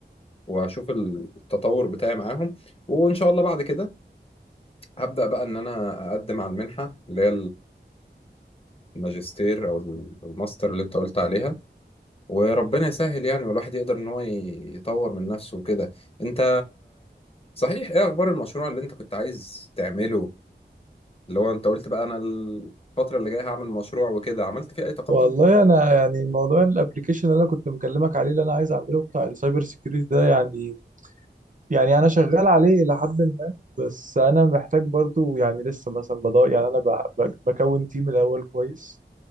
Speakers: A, on the left; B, on the right.
A: وأشوف التطور بتاعي معاهم وإن شاء الله بعد كده هبدأ بقى إن أنا أقدم على المنحة اللي هي الماجستير أو الماستر اللي أنت قلت عليها وربنا يسهل يعني والواحد يقدر إن هو يطور من نفسه وكده أنت صحيح إيه أخبار المشروع اللي أنت كنت عايز تعمله اللي هو انت قلت بقى انا الفترة اللي جاية هعمل مشروع وكده عملت فيه اي تقدم؟
B: والله انا يعني موضوع الابلكيشن اللي انا كنت مكلمك عليه اللي انا عايز اعمله بتاع السايبر سيكيورتي ده يعني يعني انا شغال عليه الى حد ما بس انا محتاج برضو يعني لسه مثلا بدور يعني انا ب- ب- بكون تيم الاول كويس